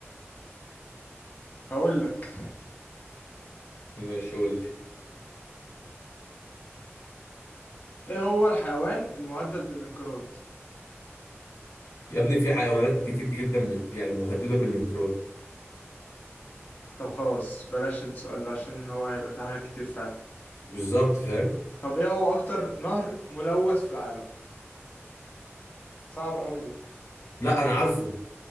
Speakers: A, on the left; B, on the left.
A: هقول لك
B: ماشي قول لي
A: ايه هو الحيوان المهدد بالانقراض
B: يا ابني في حيوانات كتير جدا بال- يعني مهدده بالانقراض
A: طب خلاص بلاش السؤال ده عشان هو هيبقى فيه حاجات كتير فعلا
B: بالظبط فاهم
A: طب ايه هو اكتر نهر ملوث في العالم صعب قوي دي
B: لا انا عارفه